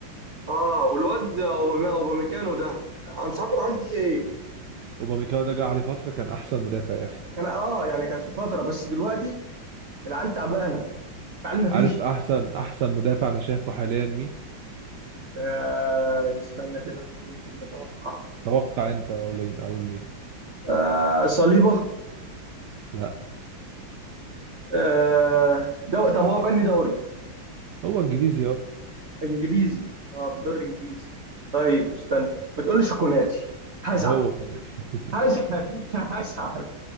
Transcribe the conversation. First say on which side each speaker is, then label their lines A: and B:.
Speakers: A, on the right (about 45°); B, on the right (about 70°).
A: اه والواد اوباما- اوباميكانو ده انا مش عارف العيال دي ايه
B: اوباميكانو رجع عليه فتره كان احسن مدافع يا اخي
A: كان اه يعني كانت في فتره بس دلوقتي العيال تعبانه العيال ما فيش
B: عارف احسن احسن مدافع انا شايفه حاليا مين
A: آه استنى كده ممكن نتوقع
B: توقع انت او لي- او مين
A: آه صليبه
B: لا
A: آه دو... طب هو فني دوري
B: هو انجليزي اه
A: انجليزي اه في الدوري الانجليزي طيب استنى ما تقولش كوناتي هزعل
B: هو في الآخر. <laughs>
A: هشحت هشحت <laughs>